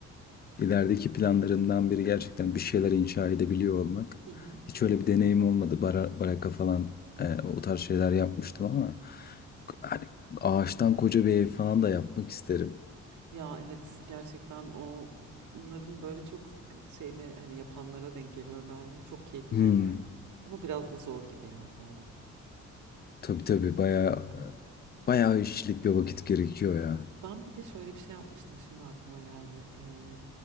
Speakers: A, on the left (about 35°); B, on the right (about 75°).
A: ilerideki planlarımdan biri gerçekten bir şeyler inşa edebiliyor olmak.
B: Hı hı.
A: Hiç öyle bir deneyim olmadı. Bara- baraka falan e, o tarz şeyler yapmıştım ama hani ağaçtan koca bir ev falan da yapmak isterim.
B: Ya evet gerçekten o onların böyle çok sık şeyini hani yapanlara denk geliyorum yani. Çok keyifli
A: Hmm.
B: görünüyor. Ama biraz da zor gibi yani bu arada.
A: Tabii tabii bayağı
B: Evet.
A: bayağı işçilik ve vakit gerekiyor ya.
B: Ben bir de şöyle bir şey yapmıştım şimdi aklıma geldi. Ee,